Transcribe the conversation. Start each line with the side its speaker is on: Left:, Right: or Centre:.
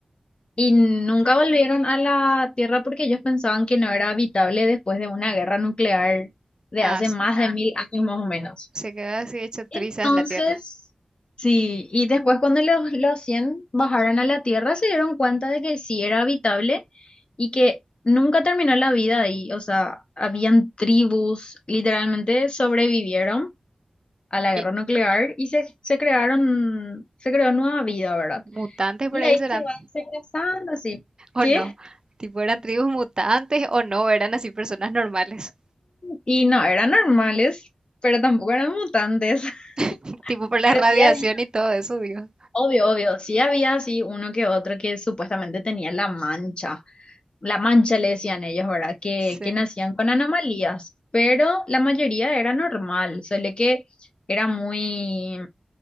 Left: Y nunca volvieron a la Tierra porque ellos pensaban que no era habitable después de una guerra nuclear de
Right: Ah,
Left: hace
Right: sí.
Left: más de mil años más o menos.
Right: Se quedó así hecho trizas
Left: Entonces,
Right: la tierra.
Left: sí, y después cuando los, los 100 bajaron a la Tierra se dieron cuenta de que sí era habitable y que nunca terminó la vida ahí. O sea, habían tribus, literalmente sobrevivieron a la guerra
Right: Y
Left: nuclear y se, se crearon, se creó nueva vida, ¿verdad?
Right: mutantes
Left: Y
Right: por ahí
Left: ahí
Right: serán.
Left: se van segregando así. ¿Qué?
Right: o no. Tipo, eran tribus mutantes o no, eran así personas normales.
Left: Y no eran normales, pero tampoco eran mutantes. <laughs>
Right: <laughs> Tipo, por la
Left: Pero
Right: radiación
Left: sí había,
Right: y todo eso, digo,
Left: obvio, obvio, sí había así uno que otro que supuestamente tenía la mancha. La mancha le decían ellos, ¿verdad? Que,
Right: Sí.
Left: que nacían con anomalías, pero la mayoría era normal, solo que era muy,